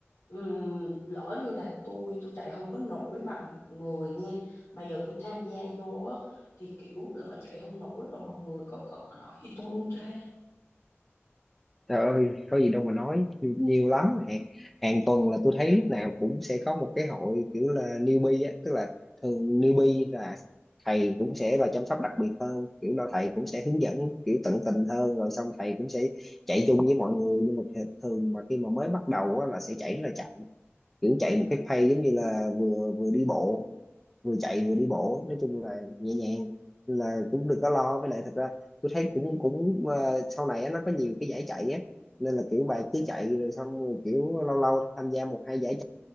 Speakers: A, on the left; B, in the centre.
A: ừm, lỡ như là tôi tôi chạy không có nổi bằng mọi người nha mà giờ tôi tham gia vô á thì kiểu lỡ chạy không nổi rồi mọi người có có, có nói gì tôi không cha
B: Trời ơi, có gì đâu mà nói, nhiều lắm. Hàng, hàng tuần là tôi thấy lúc nào cũng sẽ có một cái hội kiểu là newbie á, tức là thường newbie là thầy cũng sẽ là chăm sóc đặc biệt hơn, kiểu là thầy cũng sẽ hướng dẫn kiểu tận tình hơn, rồi xong thầy cũng sẽ chạy chung với mọi người. Nhưng mà th- thường mà khi mà mới bắt đầu á, là sẽ chạy rất là chậm, kiểu chạy một cái pace giống như là vừa vừa đi bộ vừa chạy vừa đi bộ nói chung là nhẹ nhàng Nên là cũng đừng có lo với lại thật ra tôi thấy cũng cũng ờ, sau này á, nó có nhiều cái giải chạy á nên là kiểu bài cứ chạy rồi xong rồi kiểu lâu lâu tham gia một hai giải